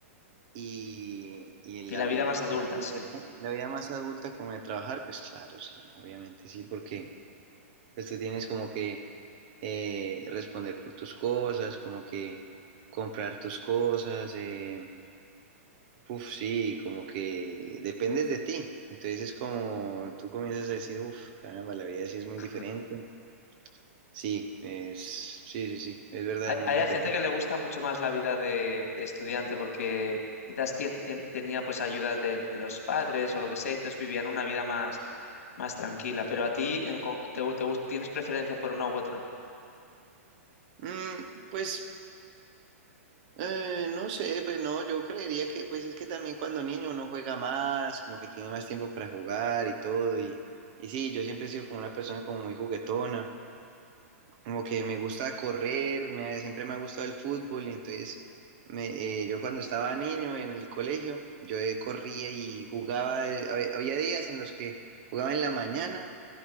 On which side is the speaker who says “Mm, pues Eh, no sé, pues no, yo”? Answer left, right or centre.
Right